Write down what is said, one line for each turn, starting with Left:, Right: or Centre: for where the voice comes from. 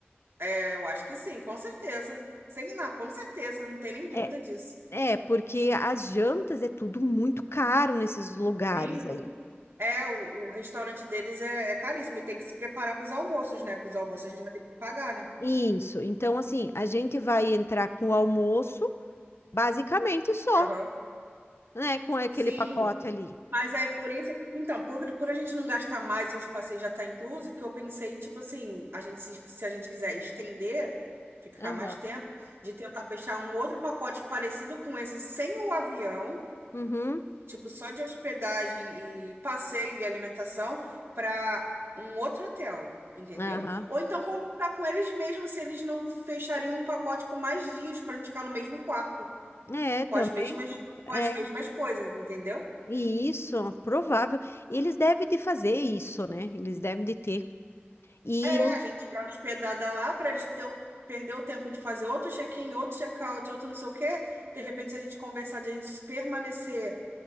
Right: É, eu acho que sim, com certeza. Sei lá, com certeza, não tem nem dúvida
Left: É,
Right: disso.
Left: é, porque as jantas é tudo muito caro nesses lugares
Right: Tem,
Left: aí.
Right: é, o, o restaurante deles é, é caríssimo e tem que se preparar para os almoços, né? Para os almoços a gente vai ter que pagar, né?
Left: Isso. Então, assim, a gente vai entrar com o almoço, basicamente só,
Right: Aham.
Left: né? Com aquele
Right: Sim.
Left: pacote ali.
Right: Mas é por isso, então, por, por a gente não gastar mais e os passeios já tá incluso, que eu pensei em, tipo assim, a gente se, se a gente quiser estender, ficar
Left: Aham.
Right: mais tempo, de tentar fechar um outro pacote parecido com esse, sem o avião,
Left: Uhum.
Right: tipo só de hospedagem e passeio e alimentação, para um outro hotel, entendeu?
Left: Aham.
Right: Ou então conversar com eles mesmos se eles não fechariam um pacote com mais dias para a gente ficar no mesmo quarto,
Left: É, também
Right: com as mesmas,
Left: é.
Right: com as mesmas coisas, entendeu?
Left: E Isso, provável. Eles devem de fazer isso, né? Eles devem de ter. E
Right: É,
Left: eu,
Right: a gente já hospedada lá para eles ter, o- perder o tempo de fazer outro check-in, outro check-out, outro não sei o quê. De repente, se a gente conversar de a gente permanecer